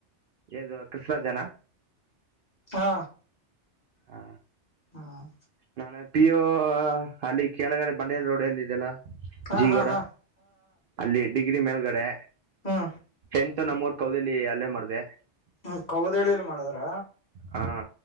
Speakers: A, on the right; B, on the left.
A: ಇದು ಕೃಷ್ಣ ಜನ
B: ಹಾ
A: ಹಾ
B: ಹ್ಮ್
A: ನಾನೆ ಪಿಯೋ ಅಲ್ಲಿ ಕೆಳಗಡೆ ಬಂಡೇದ ರೋಡಲ್ಲಿ ಇದದೆಲ್ಲ
B: ಹಾ
A: ಜೀಗೌಡ
B: ಹಾ ಹಾ
A: ಅಲ್ಲಿ ಡಿಗ್ರಿ ಮೇಲ್ಗಡೆ
B: ಹಾ
A: ಅಂತ ನಮ್ಮೂಊರ್ ಕೌದಲ್ಲಿ ಅಲ್ಲೇ ಮಾಡಿದೆ
B: ಹ್ಮ ಕೌದಳ್ಳಿಲಿ ಮಾಡದ್ರ
A: ಹಾ